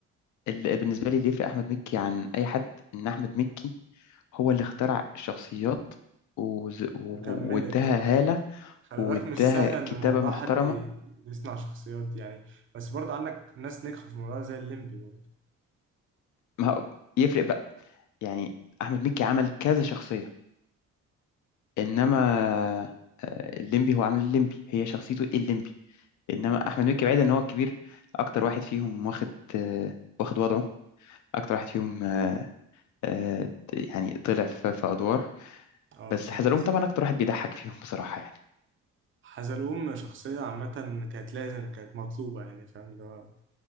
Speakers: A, on the left (about 70°); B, on the right (about 40°).
A: ال- بالنسبه لي اللي يفرق احمد مكي عن اي حد ان احمد مكي هو اللي اخترع الشخصيات وز- و-
B: وكملت
A: واداها
B: اه
A: هاله
B: خلي
A: واداها
B: بالك مش سهل إن
A: كتابه
B: موضوع
A: محترمه
B: حد يصنع شخصيات دي يعني بس برضه عندك ناس نجحوا في الموضوع زي الليمبي برضه
A: ما هو- يفرق بقى يعني احمد مكي عمل كذا شخصيه انما آه، الليمبي هو عمل الليمبي هي شخصيته الليمبي انما احمد مكي بعيد ان هو الكبير اكتر واحد فيهم واخد آه، واخد وضعه اكتر واحد فيهم آه، آه، يعني طلع في في ادوار
B: اه
A: بس
B: فاهم
A: حزلقوم
B: قصدي
A: طبعا اكتر واحد بيضحك فيهم بصراحه يعني
B: حزلقوم شخصية عامة كانت لازم كانت مطلوبة يعني فاهم اللي هو